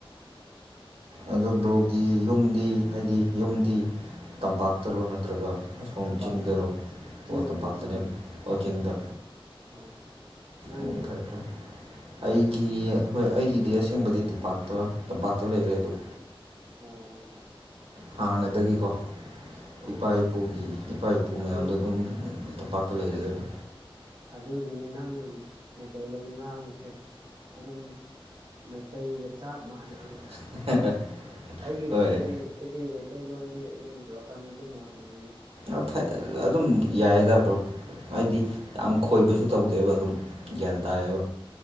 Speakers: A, on the right; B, on the right.
A: ꯑꯗꯣ ꯕꯔꯣꯒꯤ ꯌꯨꯝꯗꯤ ꯍꯥꯏꯗꯤ ꯌꯨꯝꯗꯤ ꯇꯝꯄꯥꯛꯇꯔꯣ ꯅꯠꯇ꯭ꯔꯒ ꯑꯁꯣꯝ
B: ꯇꯝꯄꯥꯛꯇꯅ
A: ꯆꯤꯡꯗꯔꯣ
B: ꯆꯤꯡꯗꯅꯦ
A: ꯑꯣ ꯇꯝꯄꯥꯛꯇꯅꯦꯕ
B: ꯆꯤꯡꯗꯅꯦ
A: ꯑꯣ ꯆꯤꯡꯗ
B: ꯍꯣꯏ ꯅꯪꯗꯤ
A: ꯎꯝ ꯐꯔꯦ ꯐꯔꯦ ꯑꯩꯒꯤ ꯍꯣꯏ ꯑꯩꯒꯤꯗꯤ ꯑꯁꯦꯡꯕꯗꯤ ꯇꯝꯄꯥꯛꯇ ꯇꯝꯄꯥꯛꯇ ꯂꯩꯈꯔꯦ ꯑꯗꯨꯗ
B: ꯑꯣ ꯑꯣ
A: ꯍꯥꯟꯅꯗꯒꯤꯀꯣ
B: ꯑꯣ
A: ꯏꯄꯥ ꯏꯄꯨꯒꯤ
B: ꯑꯠꯆꯥ
A: ꯏꯄꯥ ꯏꯄꯨ
B: ꯑꯗꯨ
A: ꯃꯌꯥꯝꯗꯣ ꯑꯗꯨꯝ ꯇꯝꯄꯥꯛꯇ ꯂꯩꯔꯛꯑꯦꯕ
B: ꯑꯗꯨꯗꯒꯅꯦ ꯅꯪ ꯃꯩꯇꯩꯂꯣꯟ ꯉꯥꯡꯁꯦ ꯑꯗꯨꯝ ꯃꯩꯇꯩꯒ ꯆꯞ ꯃꯥꯟꯅ
A: <inaudible>
B: ꯑꯩꯒꯤ
A: ꯍꯣꯏ
B: ꯃꯩꯇꯩ ꯑꯩꯒꯤ ꯃꯩꯇꯩꯂꯣꯟꯗꯤ ꯑꯗꯨꯝ ꯕ꯭ꯔꯣꯀꯟ ꯑꯗꯨꯝ ꯑꯣꯏꯔꯅꯤꯅ
A: ꯑ ꯐ ꯑꯗꯨꯝ ꯌꯥꯏꯗꯕ꯭ꯔꯣ ꯍꯥꯏꯗꯤ ꯌꯥꯝ ꯈꯣꯏꯕꯁꯨ ꯇꯧꯗꯦꯕ ꯑꯗꯨꯝ ꯒ꯭ꯌꯥꯟ ꯇꯥꯏꯌꯦꯕ